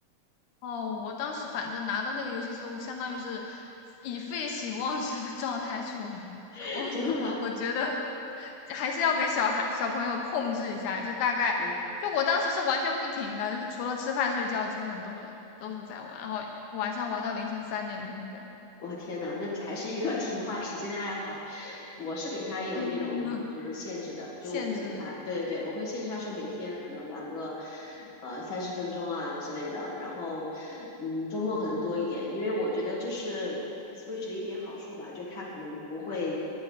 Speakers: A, on the left; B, on the left.
A: 哦，我当时反正拿到那个游戏之后，相当于是以废寝忘食的状态去玩。<laughs>
B: <laughs>
A: 我
B: 真的吗？
A: 我觉得还是要给小孩小朋友控制一下，就大概就我当时是完全不停的，
B: 嗯。
A: 就是除了吃饭睡觉，基本上都是都是在玩，然后晚上玩到凌晨三点钟这样，
B: 我天呐，那还是一个 <laughs> 挺花时间的爱好。我是给他有那种就是限制的，
A: <laughs>
B: 就我会给他，
A: 限制。
B: 对对对，我会限制他说每天可能玩个呃三十分钟啊之类的，然后嗯周末可能多一点，因为我觉得这是 Switch 的一点好处吧，就他可能不会，